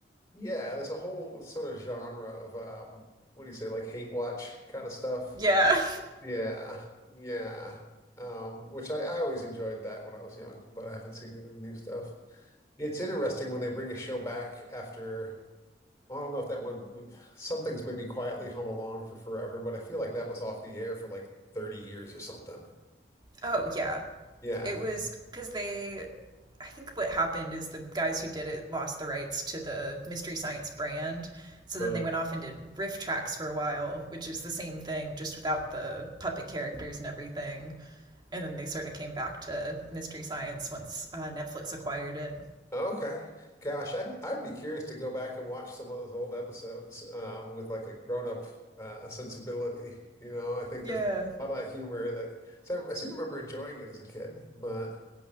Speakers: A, on the left (about 15°); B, on the right (about 25°).
A: Yeah. There's a whole sort of genre of, um, what do you say, like hate watch kind of stuff.
B: Yeah.
A: Yeah. Yeah. Um, which I, I always enjoyed that when I was young, but I haven't seen any of the new stuff. It's interesting when they bring a show back after, well, I don't know if that one, some things maybe quietly hum along for forever, but I feel like that was off the air for like 30 years or something.
B: Oh yeah.
A: Yeah.
B: it was because they I think what happened is the guys who did it lost the rights to the Mystery Science brand. So then
A: Uh,
B: they went off and did riff tracks for a while, which is the same thing, just without the puppet characters and everything. And then they sort of came back to Mystery Science once uh, Netflix acquired it.
A: Okay. Gosh, I'd I'd be curious to go back and watch some of those old episodes um, with like a grown-up uh, sensibility. You know, I think
B: Yeah.
A: there's a lot of that humor that so I, I seem to remember enjoying it as a kid, but